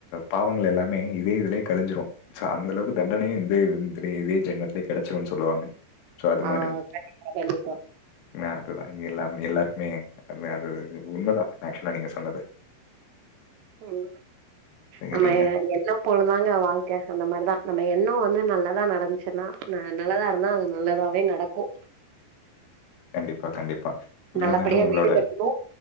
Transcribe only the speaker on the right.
ஆ
கண்டிப்பா கண்டிப்பா
உம்
நம்ம எண்ணம் போல தாங்க வாழ்க்க அந்த மாரிதா நம்ம எண்ணோ வந்து நல்லதா நடந்துச்சுன்னா நல்லதா இருந்தா அது நல்லதாவே ந நடக்கு
நல்லபடியா
வீடு கட்டணு